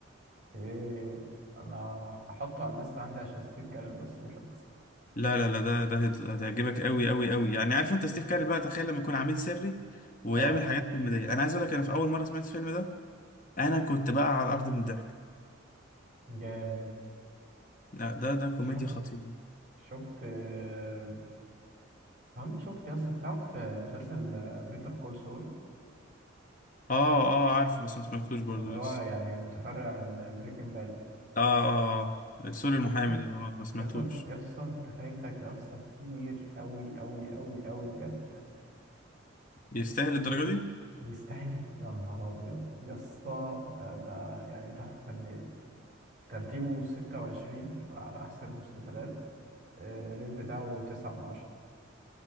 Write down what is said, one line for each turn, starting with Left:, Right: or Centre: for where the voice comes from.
Right: ايه انا هحطه على الليست عندي عشان ستيف كارل بس مش اكتر
Left: لا لا لا ده ده هت- هتعجبك قوي قوي قوي يعني عارف انت ستيف كاري بقى تخيل لما يكون عميل سري ويعمل
Right: اه
Left: حاجات كوميديه انا عايز اقول لك انا في اول مره سمعت الفيلم ده انا كنت بقى على الارض من الضحك
Right: جامد
Left: لا ده ده كوميديا
Right: شفت
Left: خطيره
Right: شفت آه، هو انت شفت يا اسطى تعرف آه، مسلسل بيتر كول سول
Left: اه اه عارفه بس ما سمعتوش برضه
Right: اللي
Left: لسه
Right: هو يعني متفرع من بريكنج باد
Left: اه اه آه. سوري
Right: ما
Left: المحامي
Right: تحبش
Left: ده اه ما سمعتوش
Right: اصلا اصلا انت فايتك اصلا كتير قوي قوي قوي قوي بجد
Left: يستاهل الدرجه دي
Right: يستاهل يا نهار ابيض يا اسطى ده ده يعني تحفه فنيه ترتيبه 26 ف- على احسن المسلسلات آه، الريت بتاعه 9 من 10